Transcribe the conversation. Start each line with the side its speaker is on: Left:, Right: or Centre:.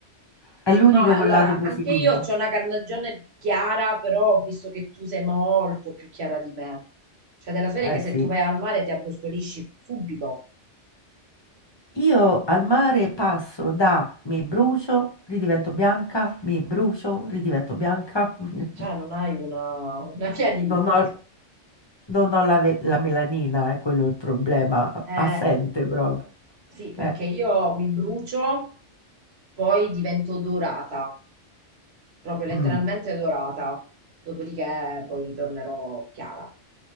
Left: è l'unico
Right: No, allora,
Left: lato positivo.
Right: anche io ho una carnagione chiara, però ho visto che tu sei molto più chiara di me. Cioè, della serie
Left: Eh
Right: che se
Left: sì.
Right: tu vai al mare ti abbrustolisci subito.
Left: Io al mare passo da mi brucio, ridivento bianca, mi brucio, ridivento bianca. <laughs> mi bru-
Right: Cioè, non hai una, una via di mezzo.
Left: Non ho, non ho la, ve- la melanina, è quello il problema,
Right: Eh,
Left: assente proprio.
Right: sì, perché
Left: Eh.
Right: io mi brucio, poi divento dorata. proprio letteralmente
Left: mm,
Right: dorata. Dopodiché poi ritornerò chiara.